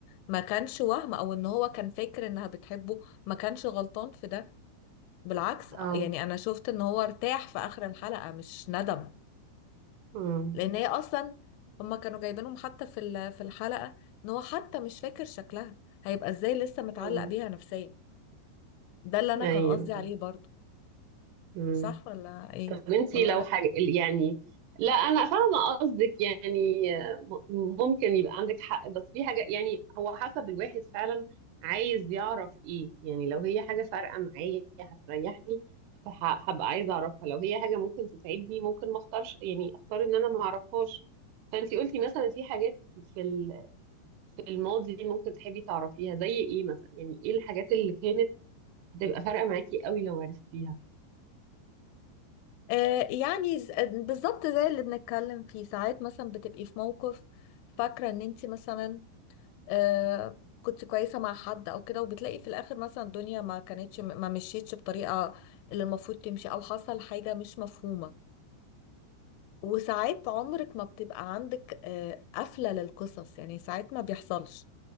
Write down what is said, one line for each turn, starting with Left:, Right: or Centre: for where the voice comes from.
Left: ما كانش وهم او ان هو كان فاكر انها بتحبه ما كانش غلطان في ده بالعكس
Right: اه
Left: يعني انا شفت ان هو ارتاح في اخر الحلقة مش ندم
Right: امم
Left: لان هي اصلا هما كانوا جايبينهم حتى في ال- في الحلقة ان هو حتى مش فاكر شكلها هيبقى ازاي لسه متعلق
Right: اه
Left: بيها نفسيا ده اللي انا
Right: ايوه
Left: كان قصدي عليه برضو
Right: امم
Left: صح ولا ايه
Right: طب انتي
Left: ولا
Right: لو
Left: رأيك
Right: حاجة يعني لا انا فاهمة قصدك يعني م- ممكن يبقى عندك حق بس في حاجة يعني هو حسب الواحد فعلا عايز يعرف ايه يعني لو هي حاجة فارقة معايا هتريحني فه- هبقى عايزة اعرفها لو هي حاجة ممكن تساعدني ممكن ما اختارش يعني اختار ان انا ما اعرفهاش فانتي قلتي مثلا في حاجات في ال- في الماضي ممكن تحبي تعرفيها زي ايه مثلا يعني ايه الحاجات اللي كانت هتبقى فارقة معاكي قوي لو عرفتيها
Left: آه، يعني ز- بالظبط زي اللي بنتكلم فيه ساعات مثلا بتبقي في موقف فاكرة ان انت مثلا آه، كنت كويسة مع حد او كده وبتلاقي في الاخر مثلا الدنيا ما كانتش ما مشيتش بطريقة اللي المفروض تمشي او حصل حاجة مش مفهومة وساعات عمرك ما بتبقى عندك آه، قفلة للقصص يعني ساعات ما بيحصلش